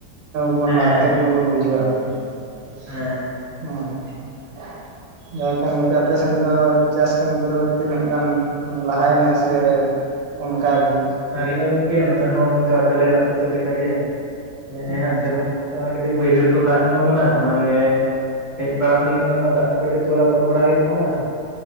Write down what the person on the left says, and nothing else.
ᱦᱮᱸ
ᱦᱮᱸ
ᱟᱣᱨᱤᱭᱟ ᱜᱚᱝᱠᱮ ᱱᱚᱛᱮ ᱦᱚᱸ ᱚᱱᱠᱟ ᱟᱯᱮ ᱟᱯᱮ ᱥᱮᱫ ᱞᱮᱠᱟ ᱜᱮ ᱱᱮᱜᱼᱮ
ᱦᱟᱜ ᱥᱮᱨᱢᱟ ᱠᱟᱹᱴᱤᱡ ᱵᱟᱹᱭᱦᱟᱹᱲ ᱠᱚ ᱫᱟᱜ ᱧᱚᱜ ᱟᱠᱟᱱᱟ ᱾ᱚᱱᱟ ᱜᱮ ᱦᱮᱡ ᱵᱟᱲᱟ ᱦᱩᱭ ᱠᱟᱱᱟ ᱚᱱᱟ ᱫᱟᱜ ᱠᱚ ᱠᱟᱹᱴᱤᱡ ᱛᱚᱞ ᱟᱠᱚᱴ ᱵᱟᱲᱟ ᱦᱩᱭᱩᱜ ᱠᱟᱱᱟ᱾